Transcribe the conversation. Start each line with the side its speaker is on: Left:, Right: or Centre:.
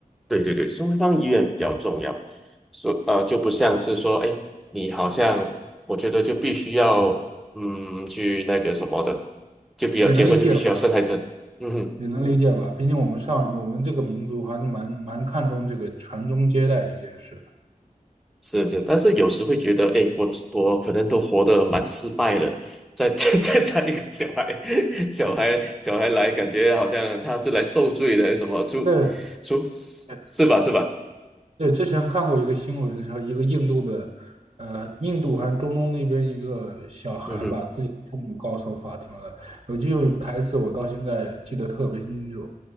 Centre: 对对对，双方意愿比较重要，所呃就不像是说，诶，你好像我觉得就必须要嗯去那个什么的，就比较结婚就必须要生孩子，
Right: 也能理解吧。
Centre: 嗯哼。
Right: 你能理解吧，毕竟我们上我们这个民族还是蛮蛮看重这个传宗接代这件事的。
Centre: 是是，但是有时会觉得，哎，我我可能都活得蛮失败了，再 <laughs> 再再带一个小孩，<laughs> 小孩小孩来，感觉好像他是来受罪的，什么出
Right: 对
Centre: 出
Right: 对，
Centre: 是吧是吧？
Right: 对，之前看过一个新闻，是一个印度的，呃，印度还是中东那边一个小孩把自己的父母告上法庭了。
Centre: 嗯哼，
Right: 有句台词我到现在记得特别清楚，